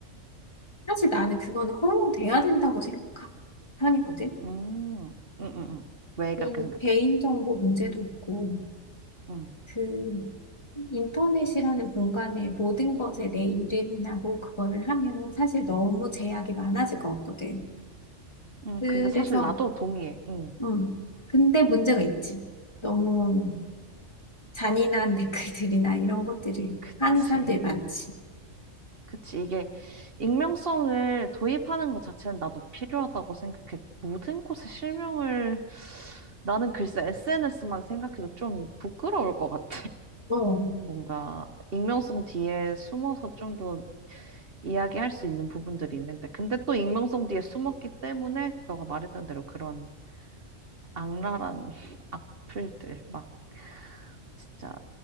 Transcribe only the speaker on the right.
음, 음, 음, 음. 왜 그렇게
생각해?
음,
음,
근데 사실 나도 동의해. 음,
그치.
그치. 이게 익명성을 도입하는 것 자체는 나도 필요하다고 생각해. 모든 곳에 실명을 나는 글쎄 SNS만 생각해도 좀 부끄러울 것 같아.
뭔가 익명성 뒤에 숨어서 좀 더 이야기할 수 있는 부분들이 있는데, 근데 또 익명성 뒤에 숨었기 때문에 너가 말했던 대로 그런 악랄한 <laughs> 악플들, 막 진짜